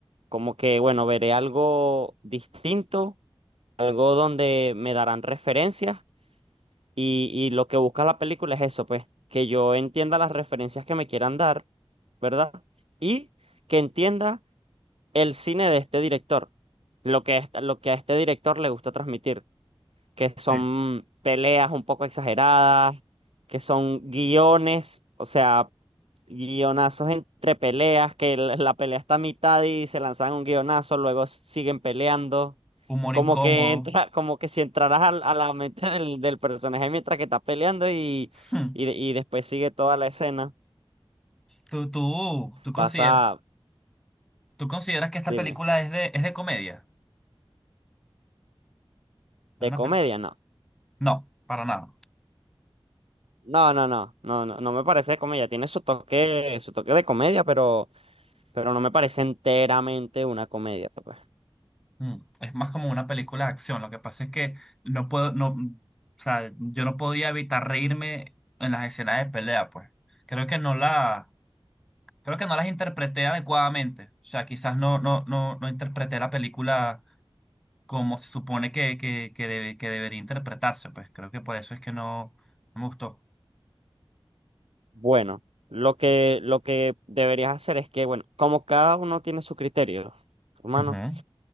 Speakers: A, on the right (about 85°); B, in the centre.
A: como que, bueno, veré algo distinto, algo donde me darán referencias y, y lo que busca la película es eso, pues, que yo entienda las referencias que me quieran dar, ¿verdad? Y que entienda el cine de este director, lo que, a esta- lo que a este director le gusta transmitir que son
B: Sí.
A: peleas un poco exageradas, que son guiones, o sea, guionazos entre peleas, que la la pelea está a mitad y se lanzan un guionazo, luego siguen peleando.
B: Humor
A: Como
B: incómodo.
A: que entra,
B: <laughs>
A: como que si entraras al- a, la mente del, del personaje mientras que está peleando y,
B: Hmm.
A: y, y después sigue toda la escena.
B: ¿Tú, tú, tú consideras?
A: Pasa,
B: ¿Tú consideras que esta
A: dime,
B: película es de, es de comedia? ¿Es
A: de
B: una
A: comedia,
B: pe-
A: no.
B: No, para nada.
A: No, no, no, no, no, no me parece de comedia. Tiene su toque, su toque de comedia, pero pero no me parece enteramente una comedia, pues.
B: Mm, Es más como una película de acción. Lo que pasa es que no puedo, no, o sea, yo no podía evitar reírme en las escenas de pelea, pues. Creo que no la, creo que no las interpreté adecuadamente. O sea, quizás no, no, no, no interpreté la película como se supone que, que, que, debe- que debería interpretarse, pues. Creo que por eso es que no, no me gustó.
A: Bueno, lo que, lo que deberías hacer es que, bueno, como cada uno tiene su criterio, hermano,
B: Ujú.